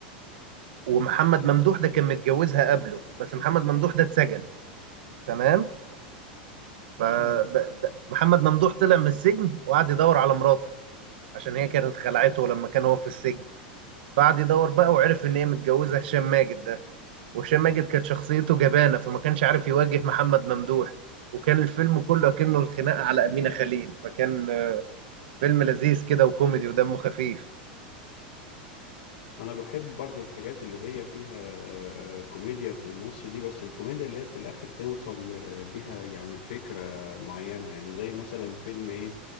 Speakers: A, on the right (about 75°); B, on the left (about 80°).
A: ومحمد ممدوح ده كان متجوزها قبله بس محمد ممدوح ده اتسجن تمام فمحمد
B: مم.
A: ممدوح طلع من السجن وقعد يدور على مراته عشان هي كانت خلعته لما كان هو في السجن فقعد يدور بقى وعرف إن هي متجوزة هشام ماجد ده وهشام ماجد كانت شخصيته جبانة فما كانش عارف يواجه محمد ممدوح وكان الفيلم كله كأنه الخناقة على أمينة خليل فكان فيلم لذيذ كده وكوميدي ودمه خفيف
B: انا بحب برضو الحاجات اللي هي فيها آه، كوميديا في النص دي بس الكوميديا اللي هي في الاخر توصل آه، بيها يعني الفكرة معينة يعني زي مثلا فيلم ايه